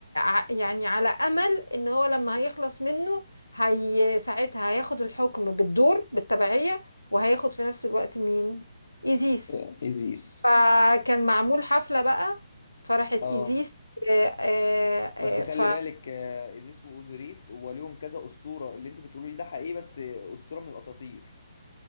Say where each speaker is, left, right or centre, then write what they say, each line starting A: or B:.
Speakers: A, on the left (about 80°); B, on the left (about 50°).
A: ع... يعني على امل ان هو لما هيخلص منه هي ساعتها هياخد الحكم بالدور بالتبعية وهياخد في نفس الوقت مين ايزيس
B: آه، ايزيس
A: فكان معمول حفلة بقى فراحت
B: اه
A: ايزيس آه، آه،
B: بس خلي
A: آه، ف
B: بالك آه، ايزيس واوزوريس وليهم كذا اسطوره اللي انت بتقوليه ده حقيقي بس اسطوره من الاساطير